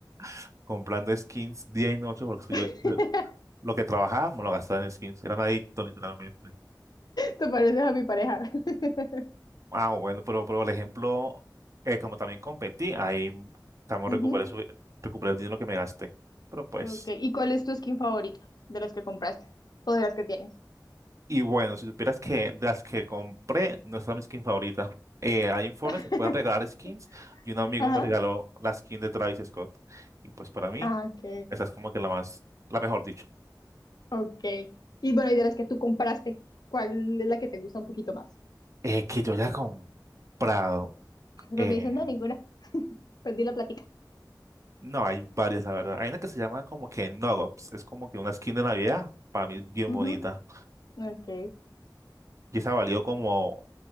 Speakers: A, on the right; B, on the left.
A: <laughs> comprando skins día y noche porque
B: <laughs>
A: yo lo que trabajaba me lo gastaba en skins. Era un adicto, literalmente.
B: Te pareces a mi pareja. <laughs>
A: Ah, bueno, pero, pero por ejemplo, eh, como también competí, ahí también recuperé,
B: Ujú.
A: su- recuperé el dinero que me gasté. Pero pues...
B: Ok. ¿Y cuál es tu skin favorita de las que compraste o de las que tienes?
A: Y bueno, si supieras que de las que compré no es mi skin favorita. Eh, hay informes,
B: <laughs>
A: se pueden regalar skins y un amigo
B: Ajá.
A: me regaló la skin de Travis Scott. Y pues para mí,
B: Ah, ok.
A: esa es como que la más, la mejor dicho.
B: Ok. Y bueno, y de las que tú compraste, ¿cuál es la que te gusta un poquito más?
A: Eh, que yo haya comprado.
B: Pero
A: eh,
B: me dicen, no, ninguna. <laughs> Perdí la plática.
A: no, hay varias, la verdad. Hay una que se llama como que Nogops. Es como que una skin de Navidad. Para mí es bien
B: Ujú.
A: bonita.
B: Ok,
A: Y esa valió como,